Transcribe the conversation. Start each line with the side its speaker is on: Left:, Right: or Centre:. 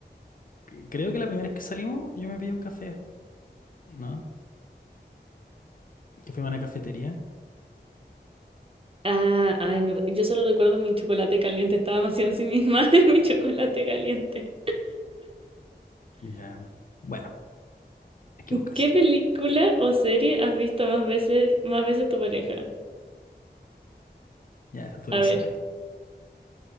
Left: C- Creo que la primera vez que salimos yo me pedí un café, ¿no? Que fui a una cafetería.
Right: Ah, ay, no, yo solo recuerdo mi chocolate caliente, estaba demasiado en sí misma <laughs> en mi chocolate caliente.
Left: Ya. Bueno, te equivocaste.
Right: ¿Qué película o serie has visto más veces, más veces tu pareja?
Left: Ya, esa tú
Right: A
Left: la
Right: ver,
Left: sabes.